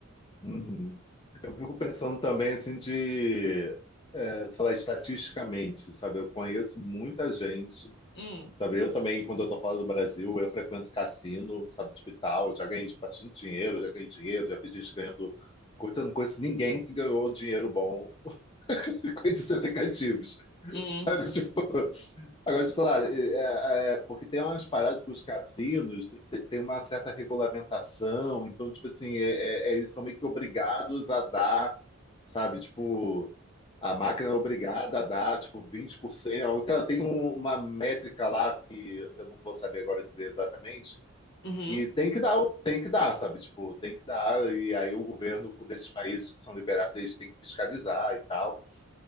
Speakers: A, on the left (about 25°); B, on the left (about 55°).
A: uhum. Eu fico pensando também assim de, é, sei lá, estatisticamente, sabe? Eu conheço muita gente
B: Hum,
A: Sabe, eu também, quando eu tô fora do Brasil, eu frequento cassino, sabe, tipo e tal. Já ganhei de- bastante dinheiro, já ganhei dinheiro, já vi gente ganhando coisa. Não conheço ninguém que ganhou dinheiro bom <laughs> com esses aplicativos,
B: hum,
A: sabe? <laughs> Tipo, agora, tipo, sei lá, é- é- é, porque tem umas paradas que os cassinos te- tem uma certa regulamentação, então, tipo assim, é- é- é, eles são meio que obrigados a dar, sabe, tipo. A máquina é obrigada a dar, tipo, vinte por cento Ela tem um- uma métrica lá que eu não vou saber agora dizer exatamente.
B: uhum.
A: E tem que dar, tem que dar, sabe? Tipo, tem que dar. E aí o governo desses países que são liberados, eles têm que fiscalizar e tal.